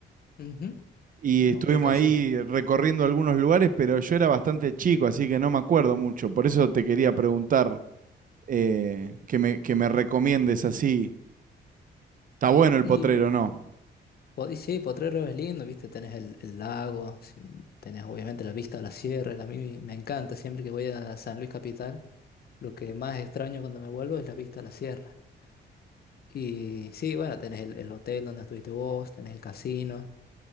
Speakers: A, on the left; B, on the right.
A: Ujú,
B: Y
A: no,
B: estuvimos
A: Hotel Casino.
B: ahí recorriendo algunos lugares, pero yo era bastante chico, así que no me acuerdo mucho. Por eso te quería preguntar eh, que me, que me recomiendes así. ¿Está bueno el
A: Y
B: potrero o no?
A: Po- y sí, Potrero es lindo, viste, tenés el, el lago, si- tenés obviamente la vista a la sierra, que a mí me encanta, siempre que voy a San Luis Capital, lo que más extraño cuando me vuelvo es la vista a la sierra. Y sí, bueno, tenés el, el hotel donde estuviste vos, tenés el casino,